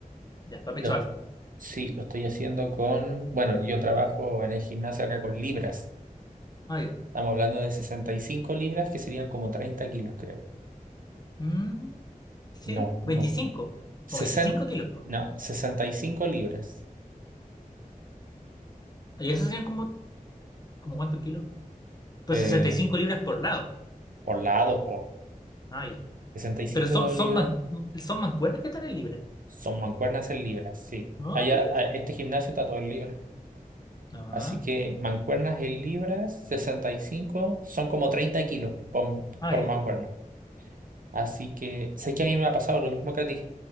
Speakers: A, on the left; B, on the right.
A: Ya, para pecho
B: Lo,
A: alto.
B: sí, lo estoy haciendo con. Bueno, yo trabajo en el gimnasio acá con libras.
A: Ah, ya.
B: Estamos hablando de 65 libras, que serían como 30 kilos, creo.
A: Mm, sí,
B: No, no.
A: ¿Veinticinco
B: 60,
A: O 25 kilos, po.
B: no, 65 libras.
A: ¿Y eso serían como, como cuántos kilos? Pues
B: eh,
A: sesenta y cinco libras por lado.
B: por lados, por
A: Ah, ya.
B: sesenta y cinco
A: Pero son, son,
B: libras,
A: man- son mancuernas que están en libras.
B: son mancuernas en libras, sí.
A: Ah,
B: Allá,
A: mira.
B: a- este gimnasio está todo en libras.
A: Ah,
B: Así que mancuernas en libras, 65 son como 30 kilos por,
A: ah,
B: por
A: ya.
B: mancuerna. Así que sé que a mí me ha pasado lo mismo que a ti,